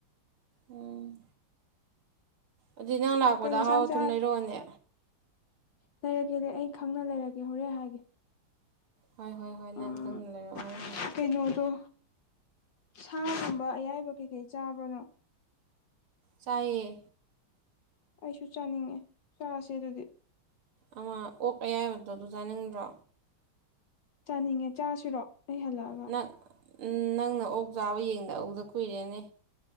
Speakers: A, on the right; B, on the left.
A: ꯎꯝ ꯑꯗꯨꯗꯤ
B: ꯍꯥꯏꯔꯛꯑꯦ
A: ꯅꯪ ꯂꯥꯛꯄꯗ
B: ꯀꯩ ꯏꯟꯁꯥꯡ
A: ꯑꯍꯥꯎ ꯑ
B: ꯆꯥ
A: ꯊꯨꯝ ꯂꯩꯔꯛꯑꯣꯅꯦ
B: ꯂꯩꯔꯒꯦꯗꯤ ꯑꯩ ꯈꯪꯅ ꯂꯩꯔꯒꯦ ꯍꯣꯔꯦ ꯍꯥꯏꯒꯦ
A: ꯍꯣꯏ ꯍꯣꯏ ꯍꯣꯏ ꯅꯪ
B: ꯎꯝ
A: ꯈꯪꯅ ꯂꯩꯔꯛꯑꯣ ꯍꯣꯏ ꯅꯍꯣꯏ
B: ꯀꯩꯅꯣꯗꯣ ꯁꯥꯒꯨꯝꯕ ꯑꯌꯥꯏꯕ ꯀꯩꯀꯩ ꯆꯥꯕ꯭ꯔ ꯅꯪ
A: ꯆꯥꯏꯌꯦ
B: ꯑꯩꯁꯨ ꯆꯥꯅꯤꯡꯉꯦ ꯆꯥꯔꯁꯦ ꯑꯗꯨꯗꯤ
A: ꯑꯃ ꯑꯣ ꯀꯌꯥ ꯍꯥꯏꯕꯗꯣ ꯑꯗꯨ ꯆꯥꯅꯤꯡꯗ꯭ꯔꯣ
B: ꯆꯥꯅꯤꯡꯉꯦ ꯆꯥꯁꯤꯔꯣ ꯑꯩ ꯍꯜꯂꯛꯑꯒ
A: ꯅꯪ ꯎꯝ ꯅꯪꯅ ꯑꯣꯛ ꯆꯥꯕ ꯌꯦꯡꯗ ꯎꯗ ꯀꯨꯏꯔꯦꯅꯦ